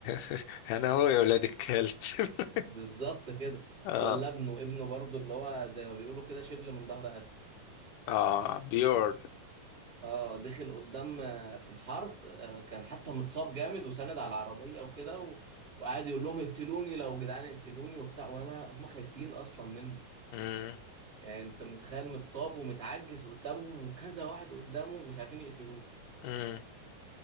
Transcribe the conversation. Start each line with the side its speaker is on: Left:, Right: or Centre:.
Left: <laughs> انا هو يا ولاد الكلب <laughs>
Right: بالظبط كده
Left: اه
Right: ولا ابنه ابنه برضه اللي هو زي ما بيقولوا كده شبل من ظهر أسد
Left: اه بيورن
Right: اه دخل قدام آه، في الحرب آه، كان حتى متصاب جامد وساند على العربية وكده و... وقعد يقول لهم اقتلوني لو جدعان اقتلوني وبتاع ولا هم خايفين اصلا منه
Left: مم.
Right: يعني انت متخيل متصاب ومتعجز قدامهم وكذا واحد قدامه مش عارفين يقتلوه
Left: مم.